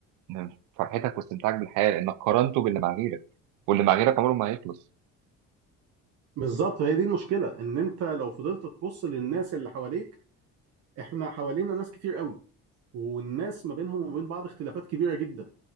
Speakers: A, on the right (about 80°); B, on the right (about 55°).
A: ومن فرحتك واستمتاعك بالحياة لأنك قارنته باللي مع غيرك واللي مع غيرك عمره ما هيخلص
B: بالظبط هي دي المشكله ان انت لو فضلت تبص للناس اللي حواليك احنا حوالينا ناس كتير قوي والناس ما بينهم وما بين بعض اختلافات كبيره جدا